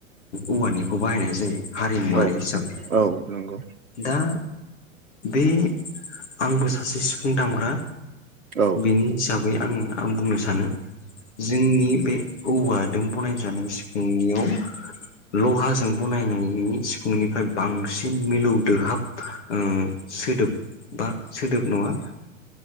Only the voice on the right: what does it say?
औ
औ नंगौ
औ